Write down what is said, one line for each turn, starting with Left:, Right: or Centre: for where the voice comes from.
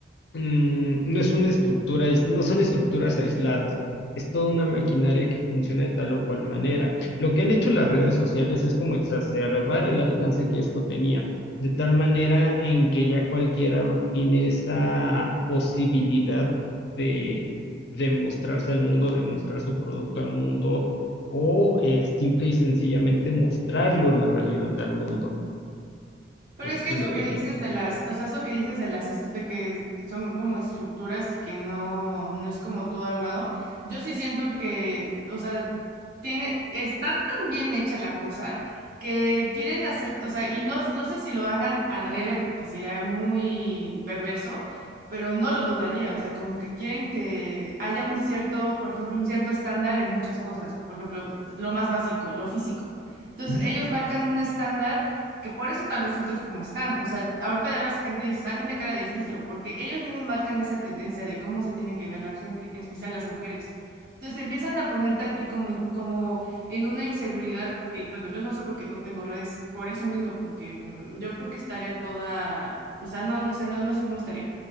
Left: mm, no es una estructura, ais- no son estructuras aisladas, es toda una maquinaria que funciona de tal o cual manera. Lo que han hecho las redes sociales es como exacerbar el alcance que esto tenía, de tal manera en que ya cualquiera tiene esa posibilidad de, de mostrarse al mundo, de mostrar su producto al mundo, o eh, simple y sencillamente mostrarle una realidad al mundo.
Right: Pero
Left: No sé
Right: es que
Left: si
Right: eso
Left: me doy
Right: que
Left: a
Right: dices
Left: entender.
Right: de las, o sea, eso que dices de las, est- de que son como estructuras y que no, no es como todo armado, yo sí siento que, o sea, tiene, está tan bien hecha la cosa que quieren hacer, o sea, y no, no sé si lo hagan adrede porque sería muy perverso, pero no lo dudaría, o sea, como que quieren que haya un cierto, por ejemplo, un cierto estándar en muchas cosas, por ejemplo, lo más básico, lo físico. Entonces,
Left: Ujú.
Right: ellos marcan un estándar que por eso están los filtros como están. O sea, ahorita ya ves gente y dices, ah, tiene cara de filtro, porque ellos mismos marcan esa tendencia de cómo se tiene que ver la gente, en especial las mujeres. Entonces empiezan a ponerte a ti como, in- como en una inseguridad que, bueno, yo no sé por qué no tengo redes, por eso mismo, porque mm, yo creo que estaría toda, o sea, no, no sé, no, no sé cómo estaría,